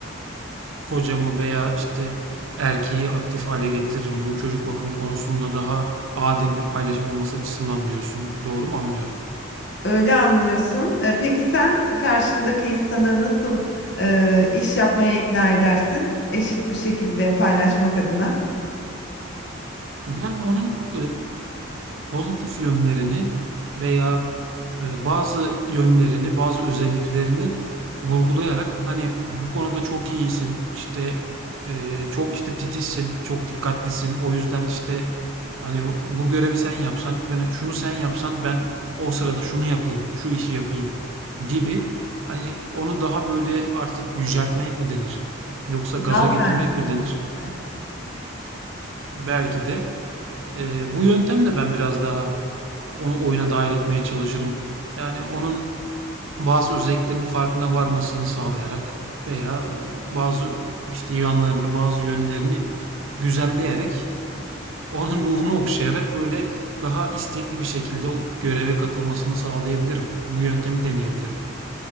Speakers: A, on the right; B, on the left.
A: Kocamı veya, işte, erkeği aktif hale getiririm. Bu çocuk bakımı konusunda daha adil bir paylaşım olması açısından diyorsun. Doğru mu anlıyorum?
B: öyle anlıyorsun. Ee, peki sen karşındaki insanı nasıl e, iş yapmaya ikna edersin? Eşit bir şekilde paylaşmak adına.
A: Ben onun, pozitif yönlerini veya e, bazı yönlerini, bazı özelliklerini vurgulayarak hani bu konuda çok iyisin, işte e, çok işte titizsin, çok dikkatlisin. O yüzden işte hani bu görevi sen yapsan, hani şunu sen yapsan ben o sırada şunu yapayım, şu işi yapayım gibi hani onu daha böyle artık yüceltmek mi denir? Yoksa
B: Gaz
A: gaza getirmek
B: verme.
A: mi denir?
B: Belki de.
A: Belki de ee, bu yöntemle ben biraz daha onu oyuna dahil etmeye çalışırım. Yani onun bazı özelliklerinin farkına varmasını sağlayarak veya bazı işte yanlarını, bazı yönlerini güzelleyerek onun ruhunu okşayarak böyle daha istekli bir şekilde o göreve katılmasını sağlayabilirim. Bu yöntemi deneyebilirim.